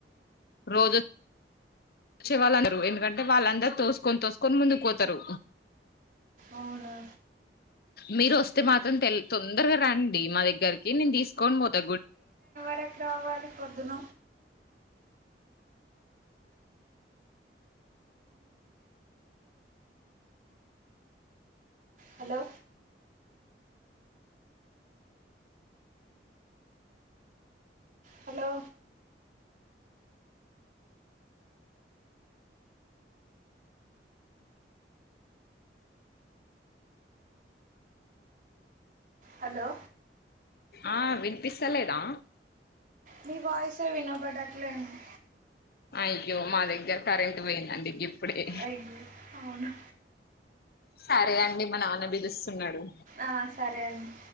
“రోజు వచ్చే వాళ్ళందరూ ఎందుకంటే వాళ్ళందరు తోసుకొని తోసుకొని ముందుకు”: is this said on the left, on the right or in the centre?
Left